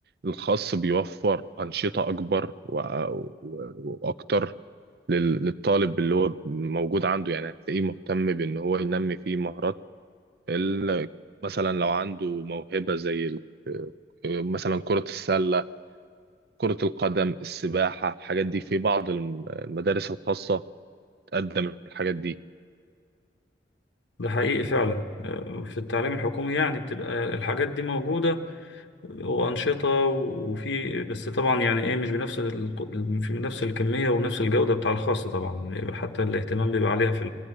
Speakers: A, on the right; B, on the left.
A: الخاص بيوفر أنشطة أكبر و... و... وأكتر لل... للطالب اللي هو موجود عنده يعني هتلاقيه مهتم بإن هو ينمي فيه مهارات ال... مثلا لو عنده موهبة زي ال... مثلا كرة السلة كرة القدم السباحة الحاجات دي في بعض الم- المدارس الخاصة تقدم الحاجات دي
B: ده حقيقي فعلا آه، في التعليم الحكومي يعني بتبقى الحاجات دي موجوده وأنشطة وفي بس طبعا يعني إيه مش بنفس ال... في نفس الكمية ونفس الجودة بتاع الخاص طبعا حتى الاهتمام بيبقى عليها في